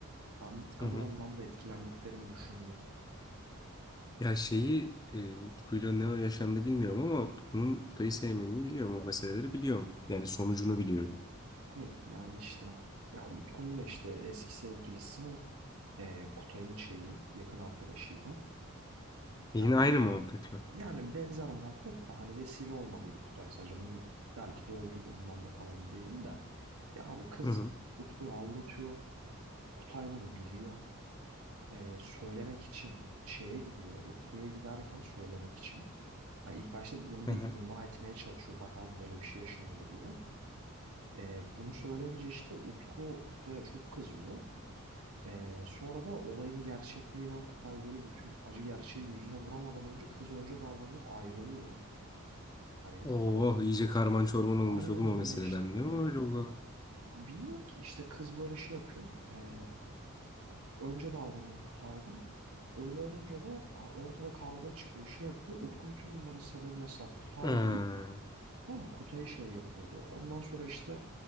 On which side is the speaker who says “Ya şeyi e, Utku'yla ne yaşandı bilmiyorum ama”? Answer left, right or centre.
Left